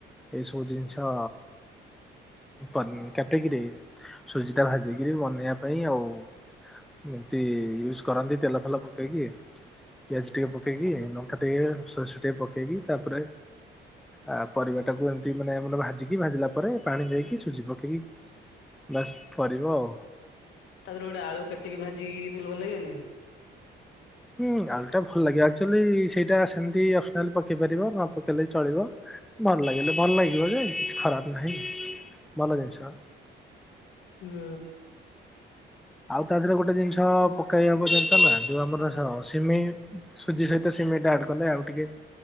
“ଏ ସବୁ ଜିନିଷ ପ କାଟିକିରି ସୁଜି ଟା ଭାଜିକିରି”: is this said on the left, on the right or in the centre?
Centre